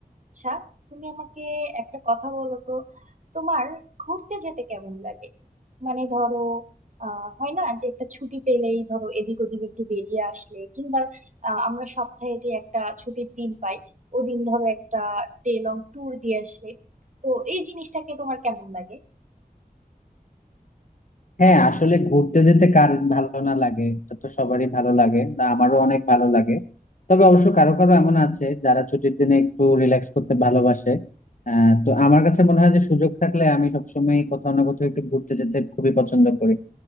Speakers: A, on the right; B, on the left.
A: আচ্ছা তুমি আমাকে একটা কথা বলো তো তোমার ঘুরতে যেতে কেমন লাগে মানে ধরো আহ হয় না যে একটা ছুটি পেলেই ধরো এদিক ওদিক একটু বেরিয়ে আসলে কিংবা আহ, আমরা সপ্তাহে যে একটা ছুটির দিন পাই ওদিন ধরো একটা ডে লং ট্যুর দিয়ে আসলে তো এই জিনিসটাকে তোমার কেমন লাগে
B: হ্যাঁ আসলে ঘুরতে যেতে কার ভালো না লাগে এটা তো সবারই ভালো লাগে না আমারও অনেক ভালো লাগে তবে অবশ্য কারো কারো এমন আছে যারা ছুটির দিনে একটু রিল্যাক্স করতে ভালোবাসে আহ তো আমার কাছে মনে হয় যে সুযোগ থাকলে আমি সবসময় কোথাও না কোথাও একটু ঘুরতে যেতে খুবই পছন্দ করি